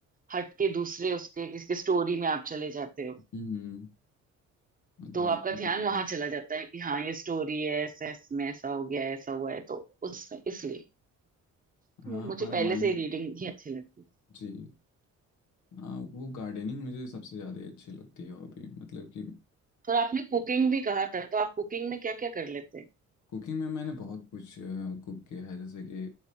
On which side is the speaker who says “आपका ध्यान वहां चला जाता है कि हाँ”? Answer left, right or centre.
Right